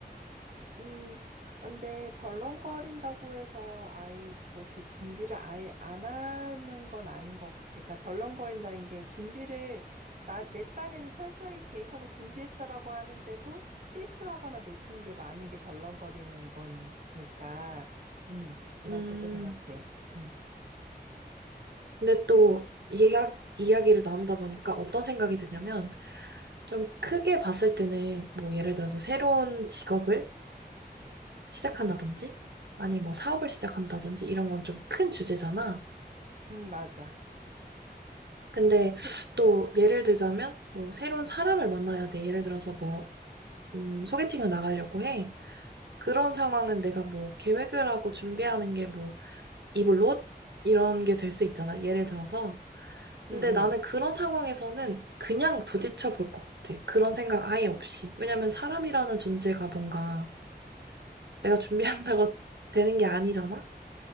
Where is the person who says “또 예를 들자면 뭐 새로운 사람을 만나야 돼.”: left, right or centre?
Right